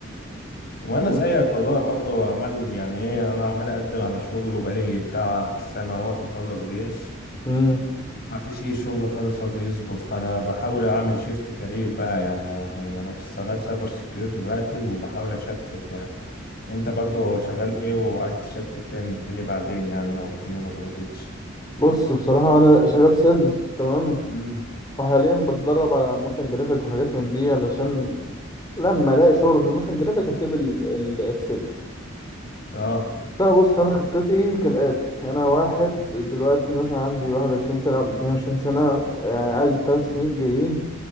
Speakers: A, on the left; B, on the left.
A: وانا
B: <laughs>
A: زيك والله برضه عمال يعني ايه انا عمال اقدم على شغل وبقالي بتاع سنة اهوت مخلص جيش
B: امم
A: ما فيش ايه شغل خالص راضي يظبط فانا بحاول اعمل شيفت كارير بقى يعني انا شغال سايبر سيكيورتي دلوقتي وبحاول اشفت يعني انت برضو شغال ايه وعايز تشفت تعمل ايه بعدين يعني لو الدنيا ما ظبطتش
B: بص بصراحة انا شغال سيلز تمام
A: مم.
B: وحاليا بتدرب على موشن جرافيك وحاجات من دي علشان لما الاقي شغل في الموشن جرافيك اسيب ال- ال- السيلز
A: اه
B: لا بص انا خطتي كالاتي انا واحد دلوقتي مثلا عندي 21 سنه ولا 22 سنه يعني عايز الثلاث سنين الجايين